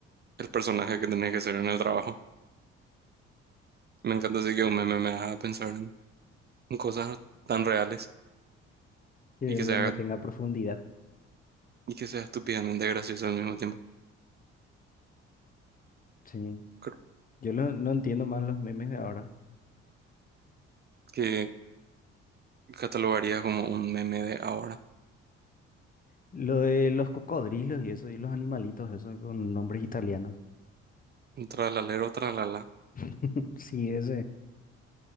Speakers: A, on the right; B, on the left.
A: el personaje que tenés que ser en el trabajo. Me encanta así que un meme me haga pensar en en cosas tan reales
B: Que
A: y
B: el
A: que
B: meme
A: sea,
B: tenga profundidad.
A: y que sea estúpidamente gracioso al mismo tiempo.
B: Sí.
A: Creo
B: Yo lo- no entiendo más los memes de ahora.
A: que catalogaría como un meme de ahora.
B: Lo de los cocodrilos y eso, y los animalitos, eso con nombres italianos.
A: Un tralalero, tralala.
B: <laughs> Sí, ese.